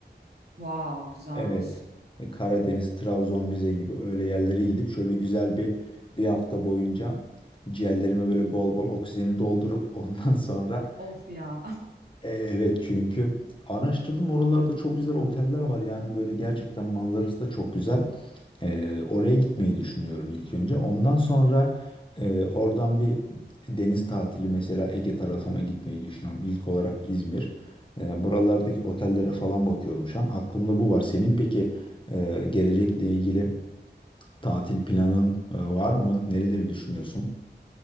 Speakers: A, on the right; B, on the left.
A: Wow, güzelmiş.
B: Evet. E, Karadeniz, Trabzon, Rize gibi öyle yerlere gidip şöyle güzel bir bir hafta boyunca ciğerlerime böyle bol bol oksijeni doldurup <laughs> ondan sonra
A: Of ya.
B: e, Evet çünkü araştırdım oralarda çok güzel oteller var yani böyle gerçekten manzarası da çok güzel. E, oraya gitmeyi düşünüyorum ilk önce. Ondan sonra e, oradan bir deniz tatili mesela Ege tarafına gitmeyi düşünüyorum. İlk olarak İzmir. E, buralardaki otellere falan bakıyorum şu an. Aklımda bu var. Senin peki e, gelecekle ilgili tatil planın e, var mı? Nereleri düşünüyorsun?